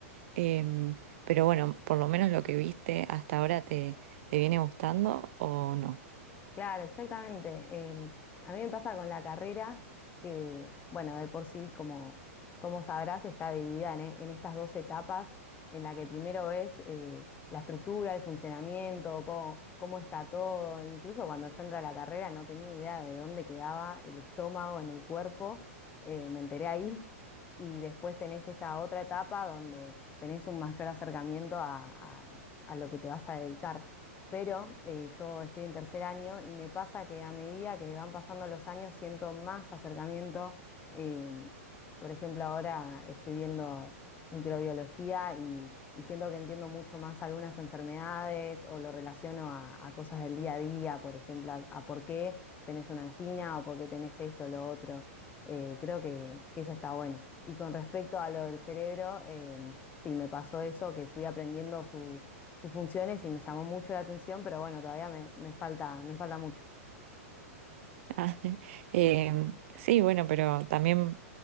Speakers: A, on the right (about 60°); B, on the left (about 20°).
A: Em, pero bueno, por lo menos lo que viste hasta ahora te, te viene gustando o no. <laughs>
B: Claro, exactamente. Em, a mí me pasa con la carrera que, bueno, de por sí, como, como sabrás, está dividida en, e- en estas dos etapas, en la que primero ves eh, la estructura, el funcionamiento, cómo, cómo está todo. Incluso cuando yo entré a la carrera no tenía idea de dónde quedaba el estómago en el cuerpo, eh, me enteré ahí. <laughs> Y después tenés esta otra etapa donde tenés un mayor acercamiento a, a a lo que te vas a dedicar. Pero eh, yo estoy en tercer año y me pasa que a medida que van pasando los años siento más acercamiento. em, por ejemplo, ahora estoy viendo microbiología y, y siento que entiendo mucho más algunas enfermedades o lo relaciono a, a cosas del día a día, por ejemplo, a, a por qué tenés una angina o por qué tenés esto o lo otro. Eh, creo que, que eso está bueno. Y con respecto a lo del cerebro, em, sí, me pasó eso, que fui aprendiendo su sus funciones y me llamó mucho la atención, pero bueno, todavía me, me falta, me falta mucho.
A: Ah, em, sí, bueno, pero también